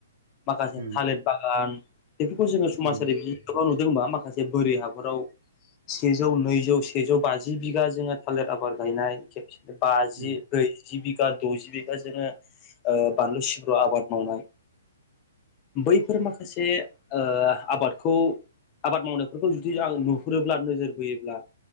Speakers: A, on the left; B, on the right.
A: माखासे
B: उम
A: थालिर बागान बेफोरखौ जोङो समाजारि
B: उम
A: बिजोंआव गोबां नुबो जोंबा माखासे बोरि हाफोराव सेजौ नैजौ सेजौ बाजि बिघा जोङो थालिर आबाद गायनाय खेबसे बाजि
B: उम
A: बजि बिघा द'जि बिगाजोंनो बानलु सिब्रु आबाद मावनाय बैफोर माखासे ओ आबादखौ आबाद मावनायफोरखौ जुदि आं नुहुरोब्ला नोजोर बोयोब्ला